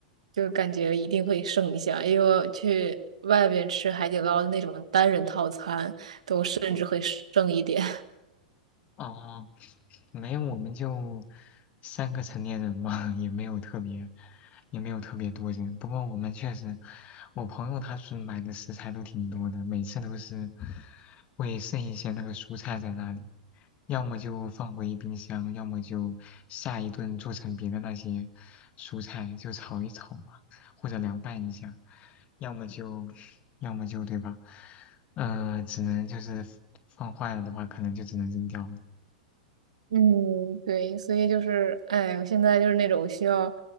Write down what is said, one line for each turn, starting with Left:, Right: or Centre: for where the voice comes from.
Right: 就感觉一定会剩一下，因为我去外边吃海底捞的那种单人套餐，甚至会剩一点。
Left: 好哦，没有，我们就三个成年人嘛，<laughs> 也没有特别，也没有特别多人。不过我们确实，我朋友他是买的食材都挺多的，每次都是会剩一些那个蔬菜在那里，要么就放回冰箱，要么就下一顿做成别的那些蔬菜，就炒一炒嘛，或者凉拌一下，要么就，要么就，对吧？呃，只能就是放坏了的话，可能就只能扔掉了。
Right: 嗯，对，所以就是，哎，我现在就是那种需要